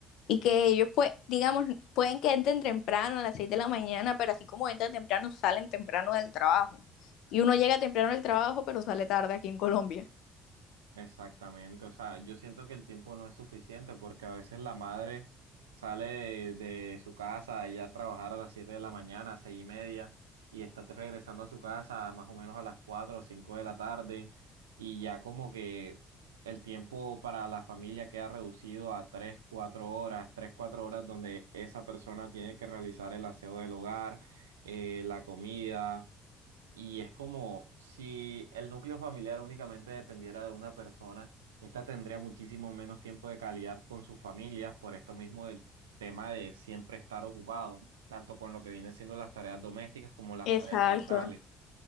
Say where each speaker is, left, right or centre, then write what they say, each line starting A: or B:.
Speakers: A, on the left; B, on the right.
A: Y que ellos, pues, digamos, pueden que entren temprano a las 6 de la mañana, pero así como entran temprano, salen temprano del trabajo. Y uno llega temprano del trabajo, pero sale tarde aquí en Colombia.
B: Exactamente, o sea, yo siento que el tiempo no es suficiente porque a veces la madre sale de, de su casa ya a trabajar a las 7 de la mañana, seis y media, y está regresando a su casa más o menos a las 4 o 5 de la tarde, y ya como que el tiempo para la familia queda reducido a tres cuatro horas, tres cuatro horas donde esa persona tiene que realizar el aseo del hogar, eh, la comida y es como si el núcleo familiar únicamente dependiera de una persona, esta tendría muchísimo menos tiempo de calidad con sus familias por esto mismo del tema de siempre estar ocupado, tanto con lo que viene siendo las tareas domésticas como las
A: Exacto.
B: tareas laborales.